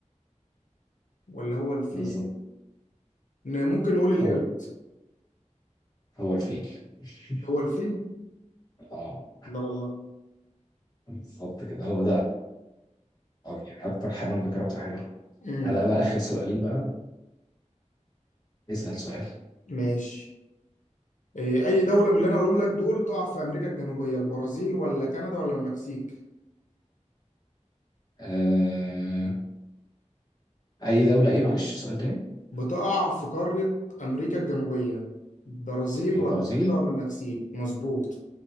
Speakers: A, on the left (about 85°); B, on the left (about 30°).
A: ولا هو الفيل
B: بالظبط
A: ن- ممكن نقول
B: هو
A: القرد
B: هو الفيل <laughs>
A: هو الفيل
B: اه
A: لا والله
B: بالظبط كده هو ده آه، يعني أكتر حيوان ذاكرته حلوة
A: امم
B: على لا آخر سؤالين بقى اسأل سؤال
A: ماشي إيه اي دولة من اللي انا هقولهم لك دول تقع في امريكا الجنوبية البرازيل ولا كندا ولا المكسيك
B: آه... أي دولة إيه معلش سؤال تاني
A: بتقع في قارة أمريكا الجنوبية برازيل
B: البرازيل
A: ولا كندا ولا المكسيك مظبوط